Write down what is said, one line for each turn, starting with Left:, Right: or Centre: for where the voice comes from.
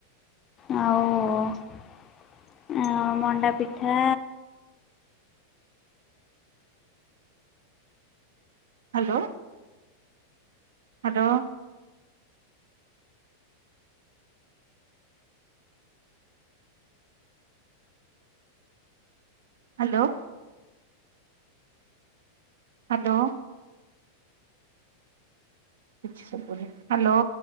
Left: ଆଉ ଆ, ମଣ୍ଡା ପିଠା
Right: ହ୍ୟାଲୋ, ହ୍ୟାଲୋ। ହ୍ୟାଲୋ। ହ୍ୟାଲୋ। କିଛି ଶୁଭୁନି। ହ୍ୟାଲୋ।